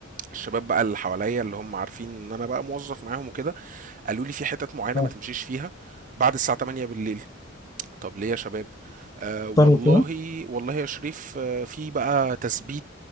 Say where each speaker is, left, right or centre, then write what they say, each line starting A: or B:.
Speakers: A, on the right; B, on the left.
A: الشباب بقى اللي حواليّا اللي هم عارفين إن أنا بقى موظف معاهم وكده، قالوا لي في حِتَت معيّنة
B: آه.
A: ما تمشيش فيها بعد الساعة 20:00 بالليل. طب ليه يا شباب آه
B: اختار
A: والله
B: وكده
A: والله يا شريف آه في بقى تثبيت